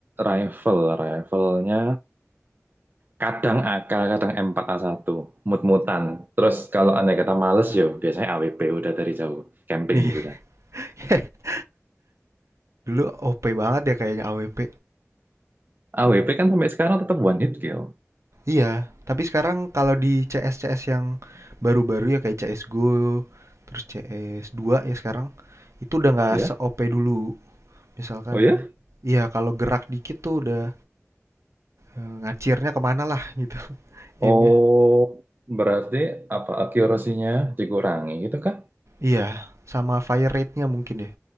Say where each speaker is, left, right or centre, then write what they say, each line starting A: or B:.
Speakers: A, on the right; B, on the right.
A: rifle, riflenya Kadang AK, kadang M4A1, satu mut mutan Terus kalau andai kata males
B: Sap-
A: yo, biasanya AWP udah dari jauh, camping
B: Iya.
A: sudah.
B: <laughs> Dulu OP banget ya kayaknya AWP.
A: AWP kan sampai sekarang tetap one hit kill,
B: Iya, tapi sekarang kalau di CS CS yang baru-baru ya kayak CS:GO, terus cs dua ya sekarang itu udah nggak
A: ya?
B: se-OP dulu. Misalkan
A: Oh ya?
B: iya kalau gerak dikit tuh udah eh, ngacirnya kemana lah gitu <laughs> aimnya.
A: Oh, berarti apa akurasinya dikurangi gitu kah?
B: Iya, sama fire rate-nya mungkin ya,